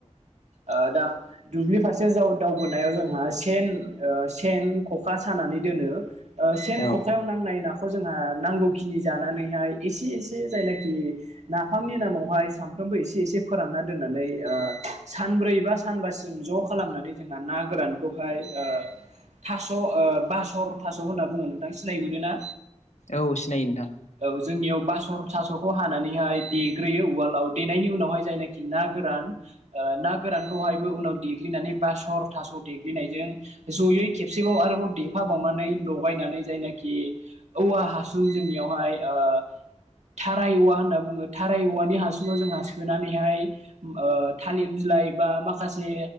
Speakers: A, on the right (about 80°); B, on the left (about 80°).
A: ओ दा दुब्लि फार से जाव दावबोनायाव जोंहा सेन ओ सेन ख'खा सानानै दोनो ओ सेन
B: औ
A: खखायाव नांनाय ना खौ जोंहा नांगौखिनि जानानैहाय एसे एसे जायनाखि नाफामनि नामावहाय सामफ्राम फ्रामबो एसे एसे फोरानना दोननानै ओ सानब्रै बा सानबासिम ज खालामनानै जोंहा ना गोरानखौहाय ओ थास' ओ बासर थास' होनना बुङो नोंथां सिनाय मोनो ना
B: औ सिनायो नोंथां
A: औ जोंनियाव बास'र थास'खौ हानानैहाय देग्रोयो उवालाव देनायनि उनावहाय जायनाखि ना गोरान ओ ना गोरानखौहायबो उनाव दे देनानै बास'र थास' देग्लिनायजों जयै खेबसेबाव आरोबाव देफा बावनानै लगायनानै जायनाखि औवा हासुं जोंनियावहाय ओ थाराय औवा होनना बुङो थाराय औवानि हासुङाव जोंहा सोनानैहाय ओ थालिर बि लाइ बा माखासे